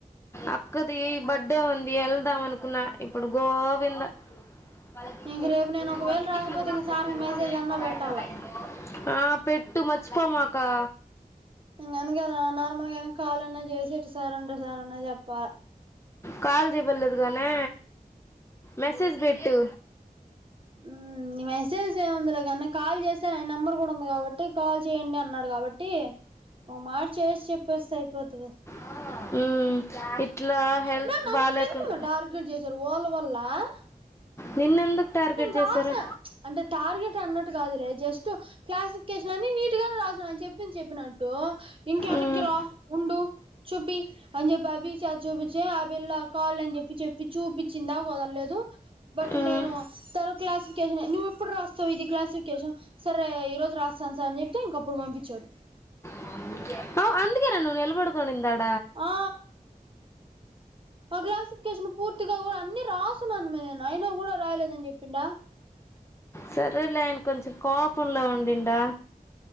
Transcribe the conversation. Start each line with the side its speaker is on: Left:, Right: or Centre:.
Left: అక్కదీ బడ్డే ఉంది ఎళ్దామనుకున్న ఇప్పుడు గోవింద. వాళ్ళకి
Right: ఇంక
Left: ఫెస్ట్లూ
Right: రేపు నేను ఒకవేళ
Left: అన్నీ
Right: రాకపోతే
Left: <unintelligible>
Right: ఇంక సార్కి మెసేజ్ అన్నా
Left: హైడ్రాబ్యాడ్
Right: పెట్టాలా
Left: లో ఆ పెట్టు మర్చిపోమాకా.
Right: ఇంగందుకే నా నా నార్మల్గైన కాలన్నా జేసేట్ సారంట సారన్న జెప్పాల.
Left: కాల్ జెయ్బల్లేదు గానీ మెసేజ్ బెట్టు.
Right: ఊమ్. <unintelligible> మెస్సేజేముందిలె గానీ కాల్ జేస్తాలె ఆయ్నంబర్ గూడుంది గాబట్టి కాల్ చేయండి అన్నాడ్ గాబట్టి ఓ మాట్ చేస్ చెప్పేస్తె అయ్పోద్దిగ.
Left: <unintelligible> క్లాస్ ఊమ్ ఇప్ ట్లా హెల్త్
Right: మే నన్ను
Left: బాల్యాకున్
Right: ఎందుకు మే టార్గెట్ చేశారు వాళ్ళ వల్ల
Left: నిన్నెందుక్ టార్గెట్
Right: రాస
Left: చేశారు
Right: చ్ అంటె టార్గెటన్నట్టు కాదులె జస్టు క్లాసిఫికేషనని నీట్ గానే రాస్న చె చెప్పింద్ చెప్పినట్టూ ఇంకెనక్కిరా
Left: ఉమ్,
Right: ఉండు చూపి అన్ జెప్పి అబీచ చూపిచ్చె ఆ పిల్ల కాల్లన్ జెప్పి చెప్పి చూపిచ్చిందాకొదల్లేదు. బట్టు
Left: ఉమ్.
Right: నేను తను క్లాసిఫ్కేషనే నువ్వెప్పుడ్ ర్రాస్తావిది క్లాసిఫ్కేషన్ సర్రే ఈరోజ్ రాస్తాన్ సార్ అన్ జెప్తే ఇంకప్పుడు పంపిచ్చాడు.
Left: <unintelligible> అ అందుకేనా నువ్వు నిలబడుకొనింది ఆడ్
Right: ఆ. అ క్లాసిఫ్కేషను పూర్తిగా గూడ అన్ని రాసున్నాను మే నేను అయ్నా గూడ రాయ్లేదని జెప్పిండా.
Left: సరేలే ఆయ్న కొంచం కోపంలొ ఉండిడా.